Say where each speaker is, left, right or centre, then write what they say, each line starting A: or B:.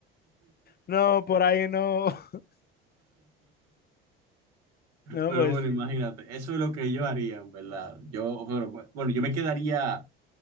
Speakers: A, on the left (about 35°); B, on the right (about 60°).
A: no, por ahí no. <laughs> No,
B: Pero
A: pues
B: bueno,
A: sí.
B: imagínate, eso es lo que yo haría, en verdad. Yo, pero, bueno, yo me quedaría.